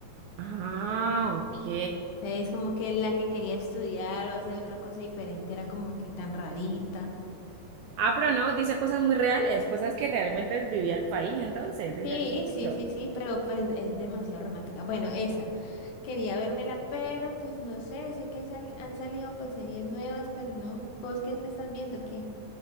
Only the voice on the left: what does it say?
Entonces como que la que quería estudiar o hacer otra cosa diferente era como que tan rarita.
Sí,
sí,
sí, sí, pero pues es demasiado romántica. Bueno, esa. Quería vérmela, pero pues no sé, sé que hay sal- han salido pues series nuevas, pero no. ¿Vos qué te estás viendo? ¿Qué?